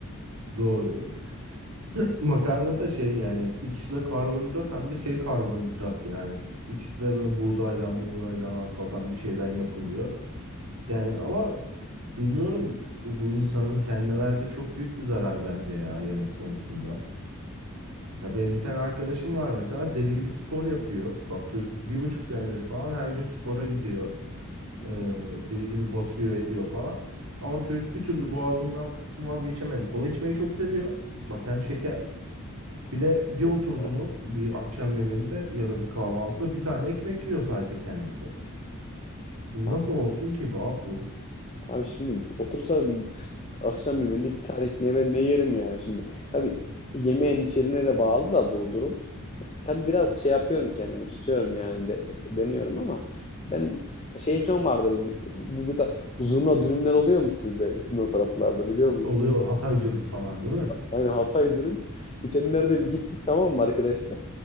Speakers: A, on the right; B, on the left.
A: Doğru. <laughs> Makarna da şey yani ikisi de karbonhidrat hem de şey karbonhidrat yani. İkisi de böyle buğdaydan, buğdaydan, arpadan bir şeyden yapılıyor. Yani ama bilmiyorum bu bu insanın kendine verdiği çok büyük bir zarar bence ya yemek konusunda. Ya benim bir tane arkadaşım var mesela deli gibi spor yapıyor. Bak çocuk bir buçuk senedir falan her gün spora gidiyor.
B: Hı hı.
A: Ee, deli gibi basıyor ediyor falan. Ama çocuk bir türlü boğazından vazgeçemedi. Kola içmeyi çok seviyor. Bak hem şeker. Bir de bir
B: Kötü
A: oturdu
B: ya.
A: mu bir akşam yemeğinde ya da bir kahvaltıda bir tane ekmek yiyor sadece kendisi. Şimdi
B: A-
A: nasıl olsun ki bu abi bu?
B: Abi şimdi otursam akşam yemeğinde bir tane ekmeği ben ne yerim yani şimdi. Tabii yemeğin içeriğine de bağlı da bu durum. tabii biraz şey yapıyorum kendimi tutuyorum yani de- deniyorum ama ben şey falan vardır bu, bu, bu da zurna dürümler oluyor mu sizde sizin o taraflarda biliyor musunuz?
A: Oluyor Hatay dürüm falan değil mi?
B: Aynen Hatay dürüm. Geçenlerde bir gittik tamam mı arkadaşlar?